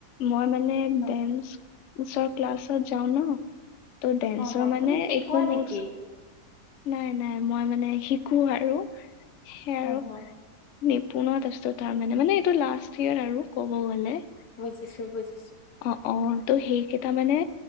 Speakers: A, on the left (about 70°); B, on the left (about 85°).
A: মই মানে
B: অ',
A: ডেন্স চৰ ক্লাছত যও ন, ত' ডেন্সৰ
B: অ', অ',
A: মানে
B: তুমি শিকোৱা
A: একো ন'টচ
B: নেকি?
A: নাই-নাই মই মানে শিকোঁ‌ আৰু, সেই আৰু
B: অ', অ',
A: নিপুণতৰ দেষ্টতা মানে, মানে এইটো লাষ্ট ইয়েৰ আৰু ক'ব গ'লে।
B: বুজিছোঁ‌ বুজি
A: অ'-অ', ত' সেইকেইটা মানে